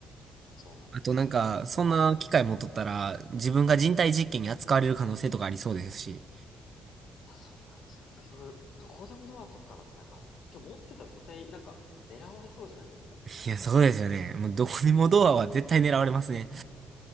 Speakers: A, on the left; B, on the right.
A: そうなんですよ。
B: あとなんか、
A: なんか。
B: そんな機会持っとったら、自分が人体実験に扱われる可能性とかありそうですし。
A: いや、そうなんですよ。結局、どこでもドアとかだってなんか、今日持ってたら絶対なんか狙われそうじゃないですか。
B: いや、そうですよね。もうどこにもドアは絶対狙われますね。